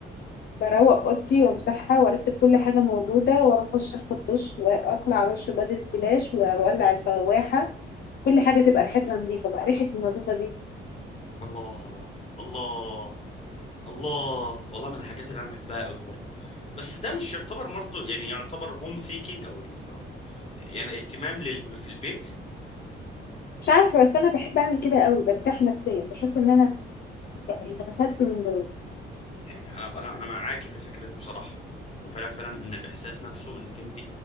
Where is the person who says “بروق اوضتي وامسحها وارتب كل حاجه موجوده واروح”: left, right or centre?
Left